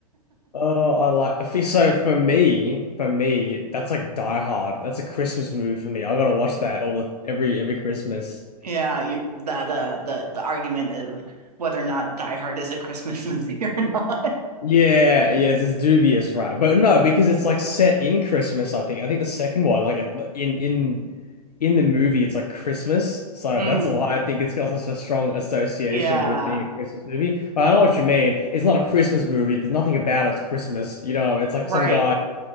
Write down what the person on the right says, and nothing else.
Yeah, you, the, the the the argument of whether or not Die Hard is a Christmas movie <laughs> or not.
Mm,
yeah,
right,